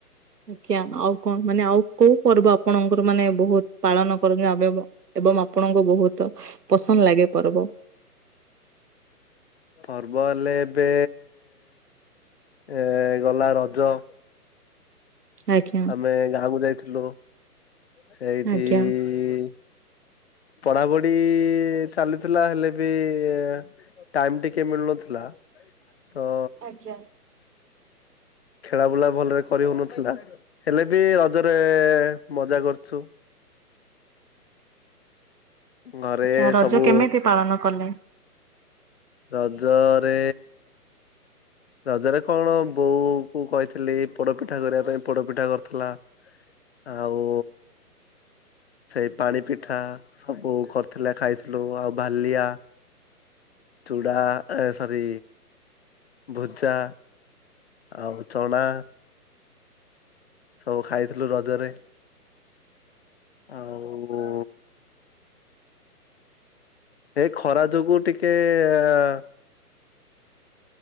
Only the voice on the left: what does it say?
ପର୍ବ ହେଲେ ଏବେ ଏ ଗଲା ରଜ
ଆମେ ଗାଁକୁ ଯାଇଥିଲୁ ସେଇଠି
ଇ ଇ ପଢାପଢି ଚାଲିଥିଲା ହେଲେ ବି ଏଁ ଟାଇମ ଟିକେ ମିଳୁନଥିଲା ତ
ଖେଳା ବୁଲା ଭଲରେ କରି ହଉନ ହେଲେ ବି ରଜରେ ମଜା କରୁଛୁ। ଘରେ
ସବୁ
ରଜରେ ରଜରେ କଣ ବୋଉ କୁ କହିଥିଲି ପୋଡପିଠା କରିବା ପାଇଁ ପୋଡପିଠା କରିଥିଲା। ଆଉ ସେଇ ପାଣି ପିଠା ସବୁ କରିଥିଲା ଖାଇଥିଲୁ ଆଉ ଭାଲିଆ ଚୁଡ଼ା ସରି ଭୁଜା ଆଉ ଚଣା ସବୁ ଖାଇଥିଲୁ ରଜରେ ଆଉ ଏ ଖରା ଯୋଗୁ ଟିକେ ଆଁ